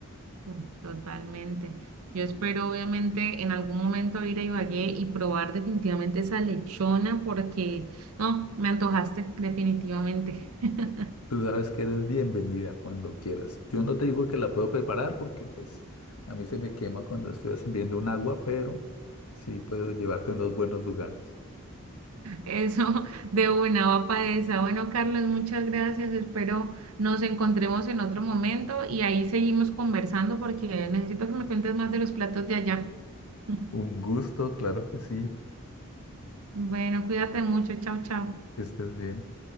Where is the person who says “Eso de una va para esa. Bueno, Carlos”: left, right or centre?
Right